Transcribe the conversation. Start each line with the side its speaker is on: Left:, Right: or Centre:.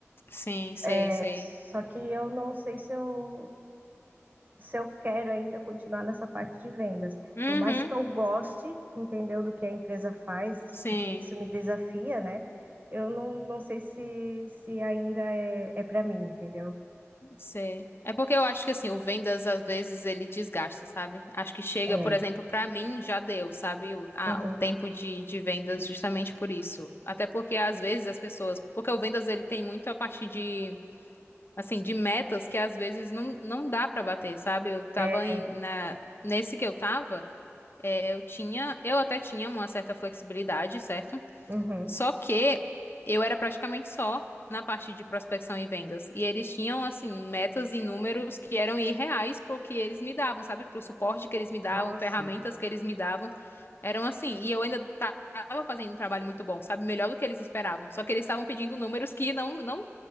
Left: Sim, sei,
Right: É,
Left: sei.
Right: Só que eu não sei se eu se eu quero ainda continuar nessa parte de vendas.
Left: Uhum.
Right: Por mais que eu goste, entendeu, do que a empresa faz,
Left: Sim,
Right: porque isso me desafia, né? Eu não, não sei se, se ainda é, é para mim, entendeu?
Left: sei. É porque eu acho que assim, o vendas às vezes ele desgasta, sabe? Acho que chega,
Right: É,
Left: por exemplo, pra mim já deu, sabe? O, a-
Right: uhum,
Left: o tempo de, de vendas justamente por isso. Até porque às vezes as pessoas, porque o vendas ele tem muito a parte de assim, de metas que às vezes não, não dá pra bater, sabe? Eu tava
Right: é,
Left: em, na, nesse que eu tava, é, eu tinha, eu até tinha uma certa flexibilidade, certo?
Right: uhum.
Left: Só que eu era praticamente só na parte de prospecção e vendas. E eles tinham, assim, metas e números que eram irreais pro que eles me davam, sabe? Pro suporte que eles me davam,
Right: Nossa,
Left: ferramentas que eles me davam. Eram assim. E eu ainda tava fazendo um trabalho muito bom, sabe? Melhor do que eles esperavam. Só que eles estavam pedindo números que não, não,